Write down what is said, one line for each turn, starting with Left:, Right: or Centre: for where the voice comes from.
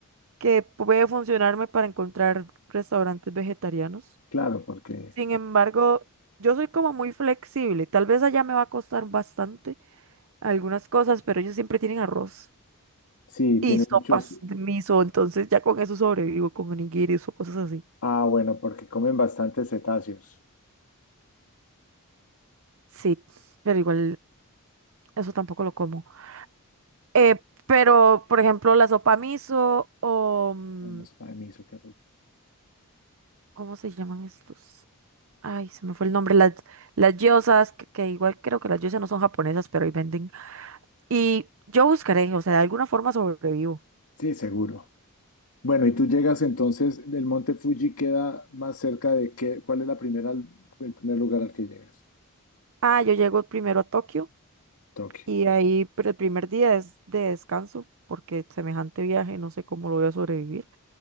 Right: que puede funcionarme para encontrar restaurantes vegetarianos.
Left: Claro, porque
Right: Sin embargo, yo soy como muy flexible. Tal vez allá me va a costar bastante algunas cosas, pero ellos siempre tienen arroz.
Left: sí, tiene
Right: y sopas
Left: muchos.
Right: de miso, entonces ya con eso sobrevivo, con onigiris o cosas así.
Left: Ah, bueno, porque comen bastantes cetáceos.
Right: Sí, pero igual eso tampoco lo como. Eh, pero, por ejemplo, la sopa miso o... mm,
Left: Una sopa de miso, qué rico.
Right: ¿Cómo se llaman estos? Ay, se me fue el nombre. Las, las gyozas, que, que igual creo que las gyozas no son japonesas, pero ahí venden. Y yo buscaré, o sea, de alguna forma sobrevivo.
Left: Sí, seguro. Bueno, y tú llegas entonces, del monte Fuji queda más cerca de qué, ¿cuál es la primera, el primer lugar al que llegas?
Right: Ah, yo llego primero a Tokio
Left: Tokio.
Right: y ahí pero el primer día es de descanso porque semejante viaje no sé cómo lo voy a sobrevivir.